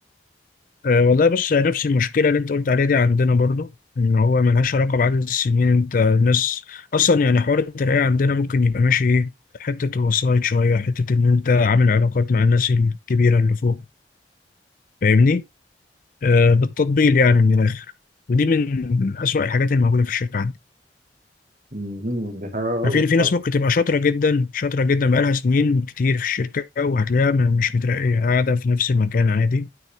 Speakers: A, on the left; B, on the right.
A: أه والله بص نفس المشكلة اللي أنت قلت عليها دي عندنا برضو إن هو ملهاش علاقة بعدد السنين أنت الناس أصلا يعني حوار الترقية عندنا ممكن يبقى ماشي إيه حتة وسايط شوية حتة إن أنت عامل علاقات مع الناس الكبيرة اللي فوق فاهمني أه بالتطبيل يعني من الآخر ودي من أسوأ الحاجات الموجودة في الشركة عندنا.
B: مهم. دي حاجة غلط
A: في في
B: طبعا
A: ناس ممكن تبقى شاطرة جدا شاطرة جدا بقالها سنين كتير في الشركة وهتلاقيها م- مش مترقية قاعدة في نفس المكان عادي